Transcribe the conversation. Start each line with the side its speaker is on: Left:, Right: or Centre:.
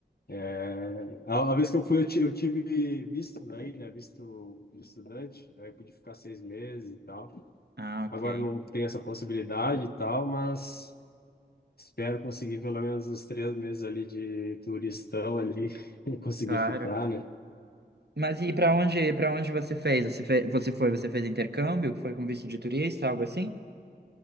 Left: É, a, a vez que eu fui, eu, ti- eu tive visto daí, né, visto de estudante, aí eu pude ficar seis meses e tal.
Right: Ah, ok,
Left: Agora não tem essa possibilidade e tal, mas... Espero conseguir pelo menos uns três meses ali de turistão ali, <laughs> e conseguir
Right: claro.
Left: ficar, né?
Right: Mas e pra onde, para onde você fez? Você fe- você foi, você fez intercâmbio, foi com visto de turista, algo assim?